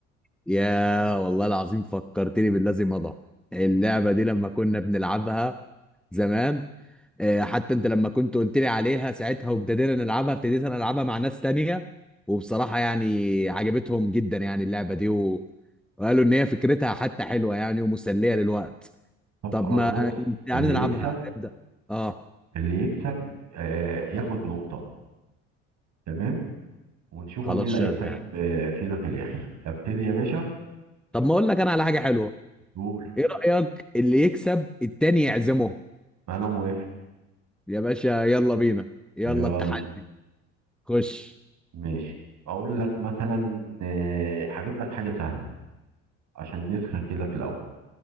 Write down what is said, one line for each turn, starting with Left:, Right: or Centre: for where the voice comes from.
Centre: يا والله العظيم فكرتني باللازم مضى اللعبه دي لما كنا بنلعبها زمان آه، حتى انت لما كنت قلت لي عليها ساعتها وابتدينا نلعبها ابتديت انا العبها مع ناس تانية وبصراحة يعني عجبتهم جدا يعني اللعبة دي و... وقالوا ان هي فكرتها حتى حلوة يعني ومسلية للوقت
Right: طب
Centre: طب
Right: خلاص
Centre: ما
Right: بص
Centre: يعني
Right: اللي
Centre: نلعبها
Right: يكسب
Centre: ابدأ اه
Right: اللي يكسب آه ياخد نقطه تمام ونشوفوا
Centre: خلاص
Right: مين اللي
Centre: شغال
Right: هيكسب آه فينا في الاخر ابتدي يا باشا
Centre: طب ما اقول لك انا على حاجة حلوة
Right: قول
Centre: ايه رأيك اللي يكسب التاني يعزمه
Right: انا موافق
Centre: يا باشا يلا بينا يلا
Right: يلا
Centre: التحدي خش
Right: ماشي اقول لك مثلا آه، هجيب لك حاجه سهله عشان نسخن كده في الاول